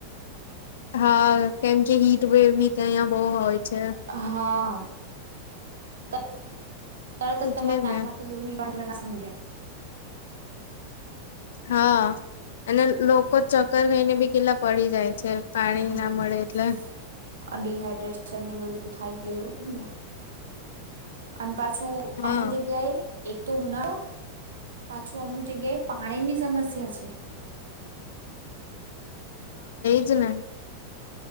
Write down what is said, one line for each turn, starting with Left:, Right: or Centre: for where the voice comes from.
Left: હા કેમ કે હીટ વેવ ભી તયા બહુ હોય. છે
Right: હા. ત તરત
Left: એટલે
Right: જ તમાર નાકમાંથી
Left: ને
Right: લોહી ની તમને ના સમજાય.
Left: હા અને લોકો ચક્કર ખઈને બી કેટલા પડી જાય. છે પાણી
Right: હા
Left: ના મળે એટલે
Right: ડીહાઈડ્રેશન ને બધું થાય એટલે એવું જ ને. અને પાછું ઉ
Left: હા
Right: અમુક જગ્યાએ એક તો ઉનાળો પાછું અમુક જગ્યાએ પાણીની સમસ્યા છે.
Left: જ ને.